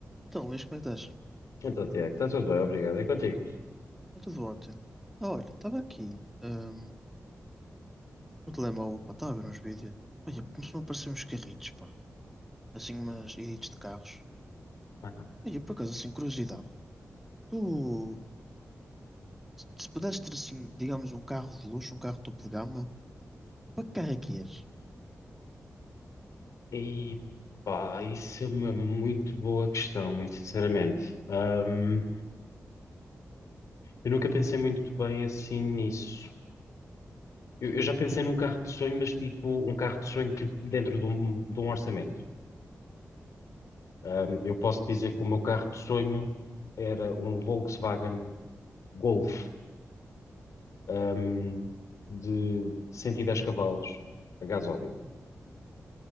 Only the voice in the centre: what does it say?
Então, Luís, como é que estás?
Está tudo ótimo. Ah, olha, estava aqui hum, no telemóvel, pá, estava a ver uns vídeos. Olha, começou a aparecer uns carritos, pá. Assim, umas edits de carros.
Olha, por acaso, assim, curiosidade. Tu, se se pudesses ter, assim, digamos, um carro de luxo, um carro topo de gama, para que carro é que és?